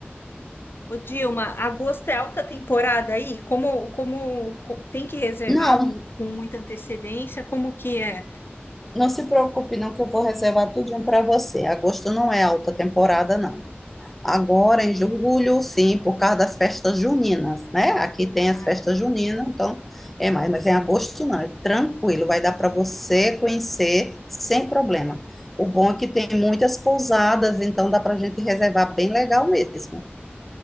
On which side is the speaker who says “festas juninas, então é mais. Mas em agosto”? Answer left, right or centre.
Centre